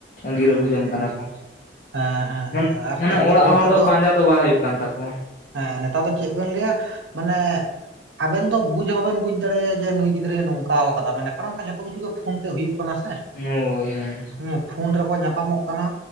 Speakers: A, on the left; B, on the right.
A: ᱟᱸᱜᱤᱨ
B: ᱦᱩᱸ
A: ᱟᱹᱜᱩ ᱡᱚᱝ
B: ᱦᱩᱸ
A: ᱠᱟᱱᱟ ᱠᱚ᱾
B: ᱦᱮᱸ ᱦᱮᱸ
A: ᱢᱟᱱᱮ
B: ᱦᱮᱸ ᱟᱨ
A: ᱢᱟᱱᱮ
B: ᱪᱮᱫ ᱵᱮᱱ
A: ᱚᱲᱟᱜ
B: ᱞᱟᱹᱭᱟ
A: ᱦᱚᱲ
B: ᱱᱮᱛᱟᱨ
A: ᱫᱚ ᱯᱟᱸᱡᱟ ᱫᱚ ᱵᱟᱝ ᱦᱩᱭᱩᱜ ᱠᱟᱱ ᱛᱟᱠᱚᱣᱟ᱾
B: ᱦᱮᱸ ᱱᱮᱛᱟᱨ ᱫᱚ ᱪᱮᱫ ᱵᱮᱱ ᱞᱟᱹᱭᱟ ᱢᱟᱱᱮ ᱟᱵᱮᱱ ᱫᱚ ᱵᱩᱡ ᱦᱚᱸ ᱵᱟᱵᱮᱱ ᱵᱩᱡ ᱫᱟᱲᱮᱭᱟᱭᱟ ᱡᱮ ᱡᱮ ᱱᱩᱭ ᱜᱤᱫᱽᱨᱟᱹᱭ ᱱᱚᱝᱠᱟᱣ ᱠᱟᱫᱟ ᱢᱟᱱᱮ ᱠᱟᱨᱚᱱ ᱚᱱᱠᱟ ᱡᱷᱚᱛᱚ ᱠᱤᱪᱷᱩ ᱜᱮ ᱯᱷᱳᱱ ᱛᱮ ᱦᱩᱭᱩᱜ ᱠᱟᱱᱟ ᱥᱮ᱾
A: ᱦᱳᱭ ᱦᱮᱸ
B: ᱦᱩᱸ ᱯᱷᱳᱱ ᱨᱮᱠᱚ ᱧᱟᱯᱟᱢᱚᱜ ᱠᱟᱱᱟ